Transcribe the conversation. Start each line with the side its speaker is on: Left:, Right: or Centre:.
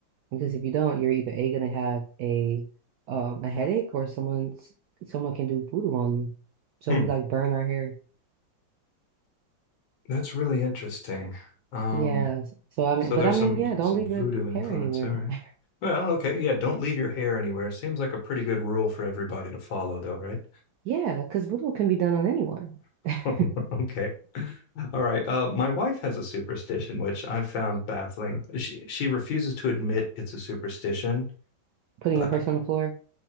Right: because if you don't, you're either A gonna have a um a headache or someone's someone can do voodoo on you. So
Left: Hmm.
Right: we like burn our hair.
Left: That's really interesting. Um,
Right: Yeah. So I mean,
Left: So
Right: but
Left: there's
Right: I mean,
Left: some
Right: yeah, don't
Left: some
Right: leave
Left: voodoo
Right: your
Left: influence.
Right: hair anywhere.
Left: All right.
Right: <laughs>
Left: Well, okay. Yeah, don't leave your hair anywhere. Seems like a pretty good rule for everybody to follow, though, right?
Right: Yeah, because voodoo can be done on anyone. <laughs>
Left: <laughs> Okay. All right. Uh, my wife has a superstition, which I've found baffling. She she refuses to admit it's a superstition,
Right: Putting
Left: but
Right: a person on the floor.